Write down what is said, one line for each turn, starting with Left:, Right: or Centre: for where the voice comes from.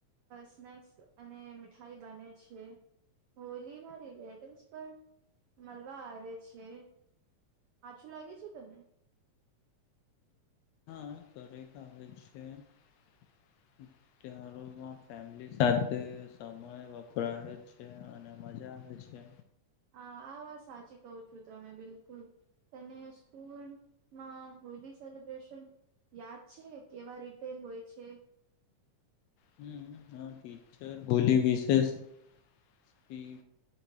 Right: સ્નેક્સ અ અને મીઠાઈ બને છે હોલીમાંરી રિલેટિવસ પણ મળવા આવે છે આછું લાગે છે તમે.
Left: તેહવારો મા ફેમિલી સાથે સમય વપરાવે છે અને મજા આવે છે.
Right: હા આ વાત સાચી કહું છું તમે બિલકુલ તને સ્કૂલમાં હોલી સેલિબ્રેશન યાદ છે કેવા રીતે હોય છે.
Left: હમ્મ ટીચર હોલી વિશેષ સીપી